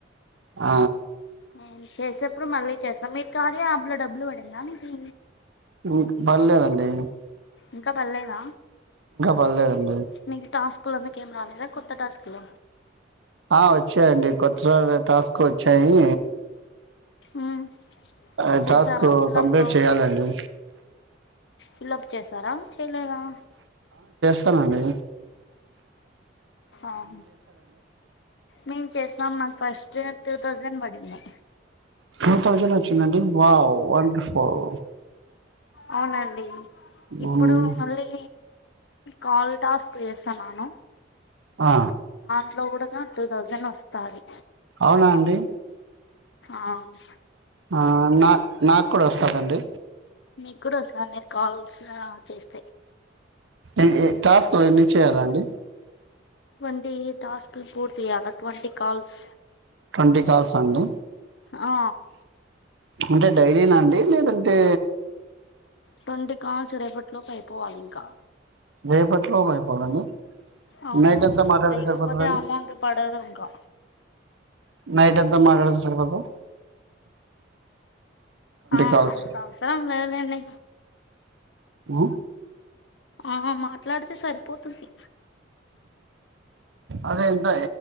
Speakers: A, on the right; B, on the left.
A: ఆ
B: నేను చేసేప్పుడు మళ్ళీ చేస్తాం మీరు కార్య యాప్ ల డబ్బులు పడిందా మీకి
A: ఉం పడ్లేదండి
B: ఇంకా పడ్లేదా
A: పర్లేదండి
B: మీకు టాస్కుల మీకేం రాలేదా కొ త్త టాస్కుల
A: ఆ వచ్చాయండి కొత్త టాస్కులొచ్చాయి
B: మ్మ్
A: అ
B: చేసారా
A: టాస్క్
B: ఫిల్అప్
A: కంప్లీట్ చెయ్యాలండి
B: ఫిల్లప్ చేశారా చెయ్ లేదా
A: త్తానండి
B: ఆహా మేం చేసాం నాక్ ఫస్ట్ టూ తౌసండ్ పడింది
A: టూ థౌజెండ్ వచ్చిందండి వావ్ వండర్ ఫుల్ అ
B: అవునండి
A: మ్మ్.
B: ఇప్పుడు మళ్ళీ కాల్ టాస్క్ వేసా నాను
A: ఆ
B: ఇంట్లో కూడొ క టూ థౌజండ్ వస్తారు
A: అవునా అండి
B: ఆమ్
A: ఆ న నాక్కూడా వస్తదండి
B: మీకు కూడా వస్తాను మీరు కాల్స్ చేస్త
A: ఎ ఎ టాస్కులు ఎన్ని చేయాలాండి
B: ట్వంటీ టాస్కులు పూర్తిచేయాల ట్వంటీ కాల్స్
A: ట్వంటీ కాల్సా అండి
B: ఆ
A: ఉంటే డైలీనా అండి లేదంటే
B: ట్వంటీ కాల్స్ చి రేపట్లోపు అయిపోవాలి ఇంకా
A: రేపట్లోపు అయి పోవాలా అండి
B: అవునండి
A: నైట్ అంతా మాటాడితే
B: లేకపోతే
A: సరిపోతదా అండి
B: అమౌంట్ పడదు ఇంకా
A: నైట్ అంతా మాటాడతే సరిపోద్ధా
B: ఆ
A: కాల్స్
B: అంత అవసరం లేదులేండి
A: ఆ
B: ఆ మాట్లాడితే సరిపోతుంది
A: అదే ఎంత